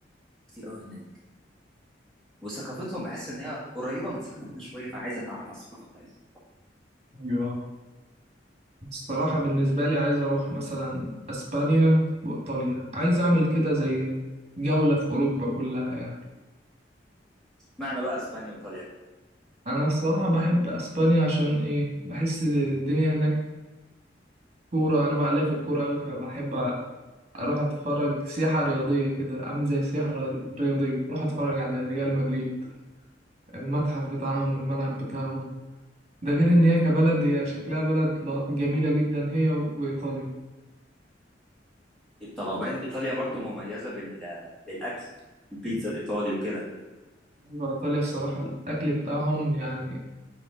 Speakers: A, in the centre; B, on the right.
A: كتير قوي هناك وثقافتهم بحس ان هي قريبه من ثقافتنا شويه فعايز اتعرف على الثقافه بتاعتهم
B: ايوه الصراحة بالنسبة لي عايز اروح مثلا اسبانيا وايطاليا عايز اعمل كده زي جولة في اوروبا كلها يعني
A: معنى بقى اسبانيا وايطاليا
B: انا الصراحة بحب اسبانيا عشان ايه بحس الدنيا هناك كورة انا بقى ليا في الكورة اوي فبحب اروح اتفرج سياحة رياضية كده عامل زي السياحة الرياضية اروح اتفرج على ريال مدريد المتحف بتاعهم الملعب بتاعهم ده غير ان هي كبلد هي شكلها بلد ل- جميلة جدا هي و- وايطاليا
A: طبعا وبعدين ايطاليا برضو مميزه بال... بالاكل البيتزا الايطالي وكده
B: ايوه ايطاليا الصراحة الاكل بتاعهم يعني